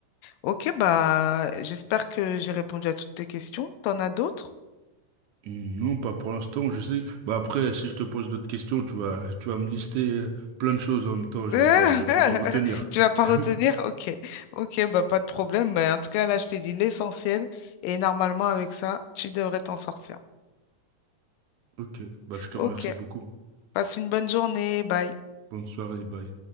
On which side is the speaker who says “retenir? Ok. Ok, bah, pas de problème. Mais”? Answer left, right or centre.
Left